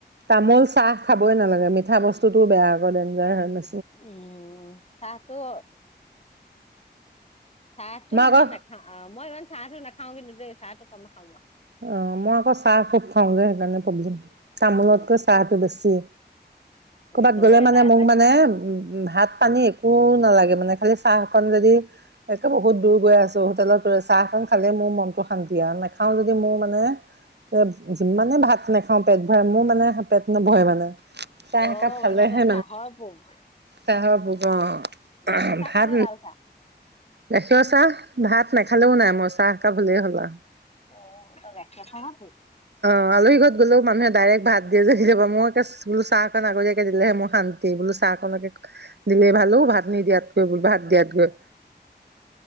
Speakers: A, on the right (about 75°); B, on the left (about 35°).
A: তামোল, চাহ খাবই নালাগে। মিঠা বস্তুটোও বেয়া আকৌ ডেনজাৰ হয় নহয়।
B: উম! চাহটো চাহটো
A: মই
B: ইমান
A: আকৌ
B: নাখাওঁ, মই, ইমান চাহটো নাখাওঁ কিন্তু দেই। চাহটো কম খাওঁ মই।
A: অ'! মই আকৌ চাহ খুব খাওঁযে। সেইকাৰণে, পব তামোলতকৈ
B: অ
A: চাহটো বেছি! কৰ'বাত
B: চবৰে
A: গ'লে
B: এটা
A: মানে
B: এটা
A: মোক মানে, ভাত পানী একো নালাগে মানে, খালি চাহ। মানে যদি, একে বহুত দূৰ গৈ আছোঁ। হোটেলত চাহখন খালে মোৰ মনতো শান্তি আৰু নাখাওঁ যদি যদি মোৰ মানে এ, যিমানে ভাত নাখাওঁ পেট ভৰাই, মোৰ মানে পেট নভৰে মানে। চাহ
B: অ'!
A: একাপ খালেহে
B: মানে তই চাহৰ পোক।
A: চাহৰ অ'!
B: গখীৰ চাহ
A: ভাত
B: খালে, লাল চাহ?
A: গাখীৰৰ চাহ, ভাত। নাখালেওঁ নাই, মই চাহ একাপ হ'লেই হ'ল আও।
B: অ'! তই গাখীৰ খাওঁ নি?
A: অ'! আলহী ঘৰত গ'লেও মানুহে ডাইৰেক্ট ভাত দিয়ে যে, মই বোলো চাহকন আগতীয়াকে দিলেহে মোৰ শান্তি। বোলো চাহ অকণকে দিলে ভাল অ'! ভাত নিদিয়াতকৈ, বোলো ভাত দিয়াত কৈ।